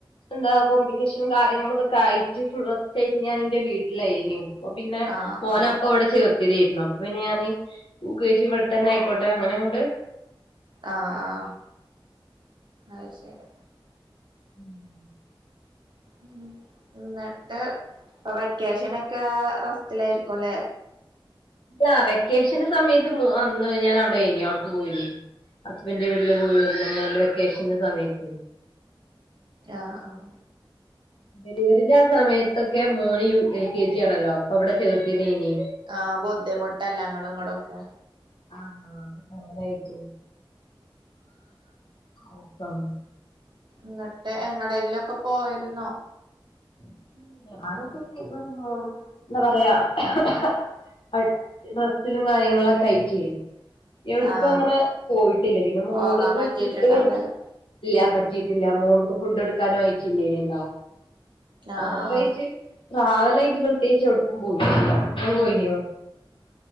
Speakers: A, on the left; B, on the right.
A: എന്താ കോംപ്ലിക്കേഷ്നും കാര്യങ്ങളൊക്കെ ആയിട്ട് ഫുൾ റസ്റ്റ് ആയിട്ട് ഞാൻ എന്റെ വീട്ടിലയ്നു ഇപ പിന്നെ
B: ആഹ്
A: മോന
B: ആഹ്
A: അപ്പൊ ഇവ്ടെ ചേർത്തിയതേര്ന്നു ഇപ്പൊ പിന്നെ ഞാന് യൂ കേ ജി ഇവിടെ തന്നെ ആയിക്കോട്ടെ അങ്ങനെ അങ്ങ്ട്ട്
B: ആഹ് ആഹ് അയ് ശരി
A: <inaudible>
B: ഉം ഇന്ന്ട്ട് വെക്കേഷനൊക്ക റസ്റ്റിലായിരിക്കുലേ
A: ഇല്ല വെക്കേഷന്റെ സമയത്ത് മോ അന്ന് ഞാൻ അവ്ടേന് അവ്ട്ക്ക് പോയീന് ഹസ്ബൻഡന്റെ വീട്ടില് പോയി വന്നു മോ വെക്കേഷൻ സമയത്ത്
B: ആഹ് ആഹ്
A: ഡെലിവറിന്റെ ആഹ് സമയത്തൊക്ക മോന് എൽ കേ ജി ആണലൊ അപ്പൊ അവ്ടെ ചേർത്തിയേതിനി
B: ആഹ് ബുദ്ധിമുട്ടല്ലെ അങ്ങ്ടും ഇങ്ങ്ടു ഒക്കെ
A: ആഹ് അങ്ങനെ ആയിന്ന് ആഹ്
B: ഇന്നിട്ട് എങ്ങ്ടേങ്ങിലൊക്ക പോയിരുന്നൊ
A: <unintelligible> റെസ്റ്റിലും കാര്യങ്ങളൊക്കായിട്ടെ എവ്ട്ക്കും
B: ആഹ്
A: അങ്ങനെ പോയിട്ടില്ല പിന്നെ മോള്ക്ക്
B: പോകാൻ പറ്റിട്ടുണ്ടാവൂലല്ലോ
A: ഫുഡ്ഡ് കൊടുത്ത് ഇല്ല പറ്റീട്ടില്ല മോൾക്ക് ഫുഡ്ഡ് കൊടുക്കാനും ആയിട്ടില്ലലൊ
B: ആഹ്
A: അങ്ങനെ കയിച്ചു ട്രാവലായിട്ട് യിട്ട് പ്രത്യേകിച്ച് എവിട്ക്കും പോയിട്ടില്ല ഇങ്ങള് പോയിനോ